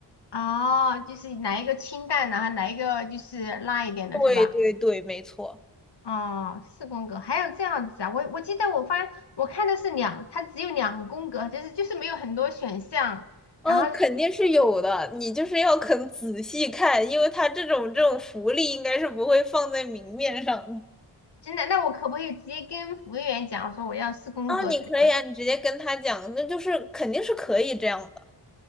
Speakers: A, on the left (about 65°); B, in the centre.
A: 哦，就是来一个清淡的，然后来一个就是辣一点的，
B: 对对对，
A: 是吧？
B: 没错。
A: 哦，四宫格还有这样子啊？我我记得我发我看的是两，它只有两宫格，就是就是没有很多选项。
B: 哦，
A: 然后
B: 肯定是有的，你就是要肯仔细看，因为它这种这种福利应该是不会放在明面上的。
A: 真的，那我可不可以直接跟服务员讲说我要四宫格这样？
B: 啊，你可以啊，你直接跟他讲，那就是肯定是可以这样的。<laughs>